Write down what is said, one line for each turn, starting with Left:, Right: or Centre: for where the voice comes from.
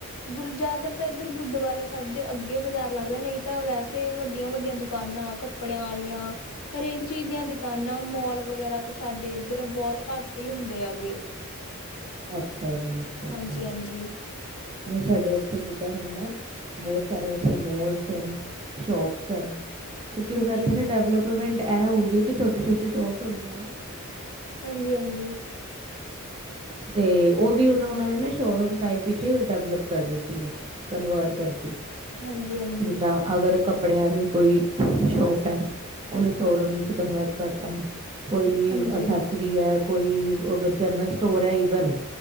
Left: ਗੁਰ ਜ਼ਿਆਦਾਤਰ ਤਾਂ ਇੱਧਰ ਗੁਰਦੁਆਰੇ ਸਾਹਿਬ ਦੇ ਅੱਗੇ ਬਾਜ਼ਾਰ ਲੱਗਦਾ ਨਈਂ ਤਾਂ ਵੈਸੇ ਵੱਡੀਆਂ ਵੱਡੀਆਂ ਦੁਕਾਨਾਂ ਕੱਪੜਿਆਂ ਆਲੀਆਂ ਹਰੇਕ ਚੀਜ਼ ਦੀਆਂ ਦੁਕਾਨਾਂ ਮੋਲ ਵਗੈਰਾ ਤਾਂ ਸਾਡੇ ਉੱਧਰ ਬੋਤ ਘੱਟ ਈ ਹੁੰਦੇ ਹੈਗੇ।
Right: ਅੱਛਾ ਜੀ, ਅੱਛਾ ਅੱਛਾ
Left: ਹਾਂਜੀ-ਹਾਂਜੀ,
Right: ਨਈਂ ਸਾਡੇ ਇੱਥੇ ਜਿੱਦਾਂ ਹੁਣ ਨਾ ਬੋਤ ਸਾਰੇ ਐਸੇ ਮੋਲਸ ਹਨ, ਸ਼ੋਪਸ ਹਨ। ਕਿਉਂਕਿ
Left: ਹਾਂਜੀ-ਹਾਂਜੀ,
Right: ਹੁਣ ਇੱਥੇ ਨਾ ਡਿਵਲਪਮੈਂਟ ਇਹ ਹੋ ਗਈ ਐ ਕਿ ਛੋਟੀ-ਛੋਟੀ ਸ਼ੋਪਸ ਹੁੰਦੀਆਂ ਨਾ
Left: ਹਾਂਜੀ ਹਾਂਜੀ।
Right: ਤੇ ਉਹ ਵੀ ਉਹ ਉਹਨਾਂ ਨੇ ਨਾ ਸ਼ੋਰੂਮ ਟਾਈਪ ਵਿੱਚ ਡਿਵਲਪ ਕਰ ਦਿੱਤੀ ਐ ਕਨਵਰਟ ਕਰ
Left: ਹਾਂਜੀ-ਹਾਂਜੀ।
Right: ਜਿੱਦਾਂ ਅਗਰ ਕੱਪੜਿਆਂ ਦੀ ਕੋਈ ਸ਼ੋਪ ਐ ਉਨੂੰ ਸ਼ੋਅਰੂਮ ਵਿੱਚ ਕਨਵਰਟ ਕਰਤਾ। ਕੋਈ
Left: ਹਾਂਜੀ,
Right: ਅਸੈਸਰੀ ਐ ਕੋਈ ਅਗਰ ਜਰਨਿਸਟ ਸਟੋਰ ਐ ਇਵਨ